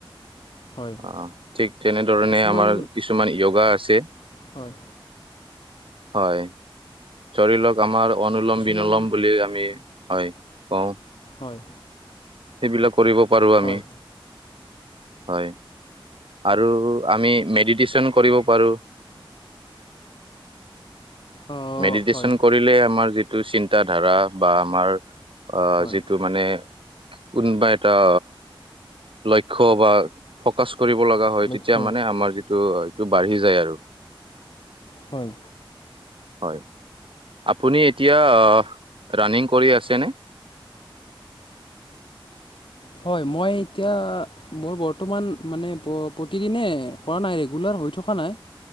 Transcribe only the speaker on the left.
হয়
কিছুমান
হয়।
কিছুমান
হয়
হয়
অ
হয়
হয়
লক্ষ্য
হয়।
হয় মই এতিয়া মোৰ বৰ্তমান মানে প্ৰতিদিনে কৰা নাই ৰেগুলাৰ হৈ থকা নাই